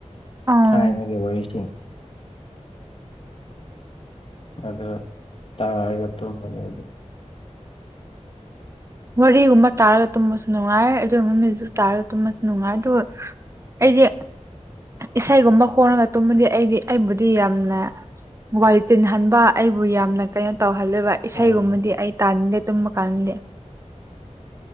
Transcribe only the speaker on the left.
ꯊꯥꯏꯅ ꯀꯦ ꯋꯥꯔꯤꯁꯤ ꯑꯗ ꯇꯥꯒ ꯇꯨꯝꯅꯦ
ꯑꯥ